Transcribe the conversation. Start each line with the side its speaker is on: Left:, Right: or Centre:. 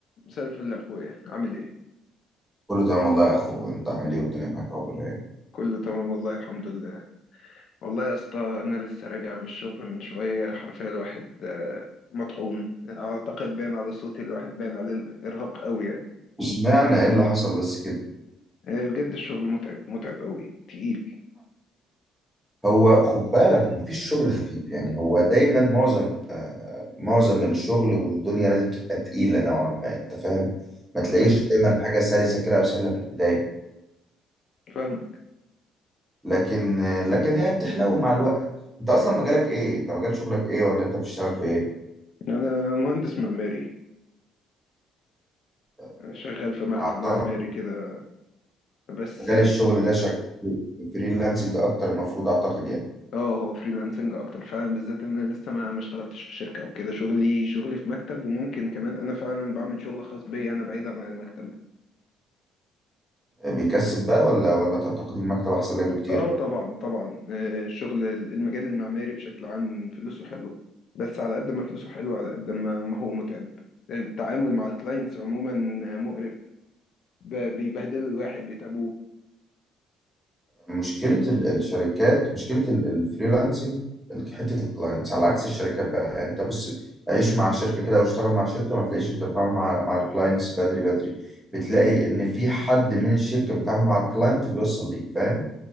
Left: مساء الفل يا اخويا عامل ايه
Centre: كله تمام والله يا اخو انت عامل ايه والدنيا معاك اخبار ايه
Left: كله تمام والله الحمد لله والله يا اسطى انا لسه راجع من الشغل من شويه حرفيا الواحد آه، مطحون اعتقد باين على صوتي الواحد باين عليه الارهاق قوي يعني
Centre: وسمعنا ايه اللي حصل بس كده
Left: آه، بجد الشغل متعب متعب قوي تقيل
Centre: هو خد بالك مفيش شغل خفيف يعني هو دايما معظم آه معظم الشغل والدنيا لازم تبقى تقيلة نوعا ما انت فاهم ما تلاقيش
Left: فاهم
Centre: دايما حاجة سلسة كده او سهلة في البداية
Left: فاهم
Centre: لكن آه لكن هي بتحلو مع الوقت انت اصلا مجالك ايه انت مجال شغلك ايه ولا انت بتشتغل في ايه
Left: انا مهندس معماري
Centre: آه
Left: شغال في مكتب
Centre: اعتقد
Left: معماري كده بس
Centre: مجال الشغل ده شغال فريلانسنج اكتر المفروض اعتقد يعني
Left: اه هو فريلانسنج اكتر فعلا بالذات ان انا لسه ما ما اشتغلتش في شركه او كده شغلي شغلي في مكتب وممكن كمان انا فعلا بعمل شغل خاص بيا انا بعيدا عن المكتب
Centre: بيكسب بقى ولا ولا تعتقد المكتب احسن لك بكتير
Left: اه طبعا طبعا آه، الشغل المجال المعماري بشكل عام فلوسه حلوه بس على قد ما فلوسه حلوه على قد ما ما هو متعب التعامل مع الكلاينتس عموما مقرف ب- بيبهدلوا الواحد بيتعبوه
Centre: مشكله ال- الشركات مشكله ال- الفريلانسنج ال- حته الكلاينتس على عكس الشركات بقى يعني انت بص عيش مع شركه كده واشتغل مع شركه ما تلاقيش انت بتتعامل مع مع الكلاينتس بدري بدري بتلاقي ان في حد من الشركه بيتعامل مع الكلاينت وبيوصل ليك فاهم